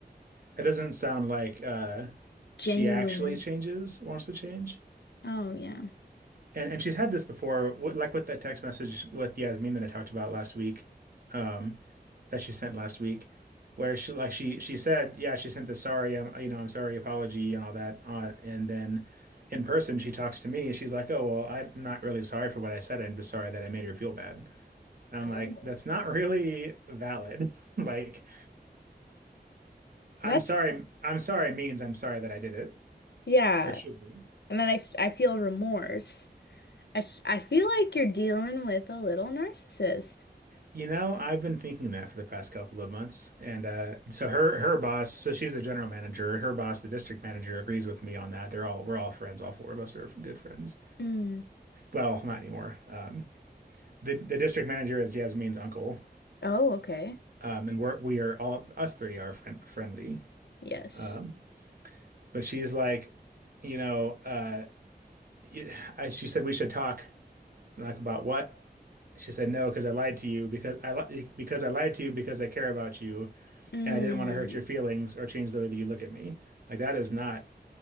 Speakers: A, on the right; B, on the left.
A: it doesn't sound like uh
B: Genuine.
A: she actually changes, wants to change.
B: Oh, yeah.
A: and and she's had this before, wh- like with that text message with Yasmin that I talked about last week, um, that she sent last week, where she like she she said, yeah, she sent the sorry, I'm you know I'm sorry apology and all that on, and then in person she talks to me, she's like, oh well, I'm not really sorry for what I said, I'm just sorry that I made her feel bad. And I'm
B: Oh,
A: like, that's not really valid. <laughs> Like, I'm
B: that's
A: sorry, I'm sorry means I'm sorry that I did it,
B: yeah.
A: or it should be.
B: And then I, f- I feel remorse. I, f- I feel like you're dealing with a little narcissist.
A: You know, I've been thinking that for the past couple of months. And uh, so her her boss, so she's the general manager. Her boss, the district manager, agrees with me on that. They're all we're all friends. All four of us are good friends.
B: Mm.
A: Well, not anymore. Um, the the district manager is Yasmin's uncle,
B: Oh, okay.
A: um, and we're we are all us three are friend, friendly.
B: Yes.
A: Um, but she's like, you know, uh, y- I, she said we should talk I'm like, about what? She said, no, because I lied to you because I li because I lied to you because I care about you
B: Mm,
A: and I didn't want to hurt your feelings or change the way that you look at me. Like that is not